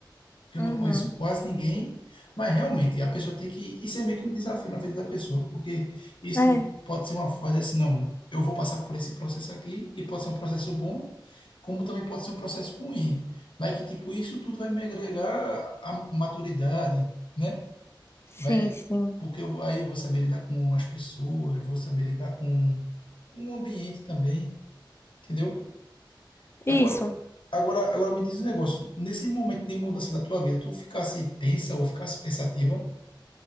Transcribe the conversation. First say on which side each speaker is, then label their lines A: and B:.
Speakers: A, on the left (about 80°); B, on the left (about 30°).
A: que eu
B: Uhum.
A: não conheço quase ninguém, mas realmente a pessoa tem que. Isso é meio que um desafio na vida da pessoa, porque isso
B: É,
A: também pode ser uma fase assim, não, eu vou passar por esse processo aqui, e pode ser um processo bom, como também pode ser um processo ruim, mas que tipo, isso tudo vai me agregar a maturidade, né?
B: sim,
A: Vai,
B: sim.
A: porque eu- aí eu vou saber lidar com as pessoas, eu vou saber lidar com, com o ambiente também, entendeu?
B: Isso.
A: Agora, agora, agora me diz um negócio. Nesse momento de mudança da tua vida, tu ficasse tensa ou ficasse pensativa?